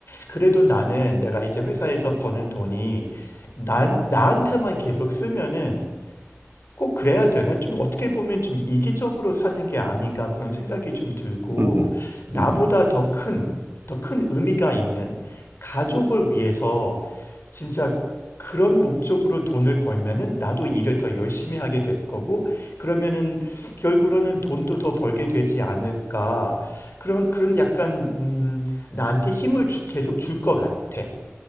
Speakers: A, on the left; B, on the right.
A: 그래도 나는 내가 이제 회사에서 버는 돈이 나, 나한테만 계속 쓰면은 꼭 그래야 되나? 좀 어떻게 보면 좀 이기적으로 사는 게 아닌가 그런 생각이 좀 들고,
B: 음, 음,
A: 나보다
B: 음,
A: 더 큰, 더 큰 의미가 있는 가족을 위해서 진짜 그런 목적으로 돈을 벌면은 나도 일을 더 열심히 하게 될 거고, 그러면은 결국으로는 돈도 더 벌게 되지 않을까. 그런, 그런 약간, 음, 나한테 힘을 주- 계속 줄 것 같아.